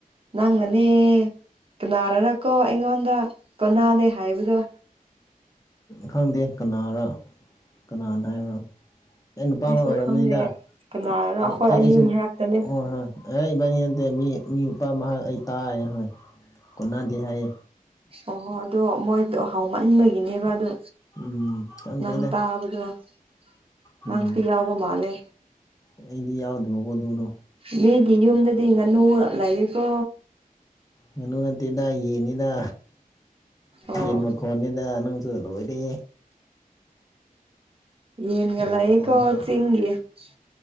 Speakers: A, on the right; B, on the left.
A: ꯅꯪꯅꯅꯦ ꯀꯅꯥꯔꯔꯀꯣ ꯑꯩꯉꯣꯟꯗ ꯀꯣꯟꯅꯥꯅꯦ ꯍꯥꯏꯕꯗꯣ
B: ꯈꯪꯗꯦ ꯀꯅꯥꯔ ꯀꯅꯥꯅ ꯍꯥꯏꯕ꯭ꯔꯥ ꯑꯩ ꯅꯨꯄꯥ
A: ꯑꯩꯁꯨ
B: ꯑꯃ ꯑꯣꯏꯔꯝꯃꯅꯤꯗ
A: ꯈꯪꯗꯦ ꯀꯅꯥꯔꯅ
B: ꯑꯩ
A: ꯑꯩꯈꯣꯏ ꯑꯅꯤ
B: ꯑꯩꯁꯨ
A: ꯃꯔꯛꯇꯅꯦ
B: ꯍ ꯍꯣꯏ ꯑꯔꯕꯅꯤ ꯑꯗꯩ ꯃꯤ ꯃꯤ ꯅꯨꯄꯥ ꯃꯍꯥꯛ ꯑꯩ ꯇꯥꯛꯑꯦ ꯍꯣꯏ ꯀꯨꯅꯗꯦ ꯍꯥꯏꯌꯦ
A: ꯑꯣꯍꫭ ꯑꯗꯣ ꯃꯣꯏꯗꯣ ꯍꯥꯎ ꯃ ꯏꯟꯕꯒꯤꯅꯦꯕ ꯑꯗꯣ
B: ꯎꯝ ꯈꯪꯗ꯭ꯔꯦꯗ
A: ꯅꯪ ꯇꯥꯕꯗꯣ <unintelligible>
B: ꯎꯝ
A: ꯅꯪꯁꯨ ꯌꯥꯎꯕ ꯃꯥꯜꯂꯦ
B: ꯑꯩꯗꯤ ꯌꯥꯎꯗꯕ ꯐꫭꯠꯇꫭꯗꯣ
A: ꯃꯤꯒꯤ ꯌꯨꯝꯗꯗꯤ ꯉꯥꯅꯨ ꯂꯩꯔꯤꯀꯣ
B: ꯉꯥꯅꯨ ꯅꯠꯇꯦꯗ ꯌꯦꯟꯅꯤꯗ
A: ꯑꯣ
B: ꯌꯦꯟ ꯃ ꯀꯣꯟꯟꯗ ꯅꯅꯪ ꯣꯔꯦ
A: ꯌꯦꯟꯒꯂ
B: ꯌꯦꯟ ꯃꯈꯣꯟ
A: ꯌꯦ ꯀꯠ
B: ꯐꯥꯎ
A: ꯁꯤ ꯍꯦ ꯁꯤ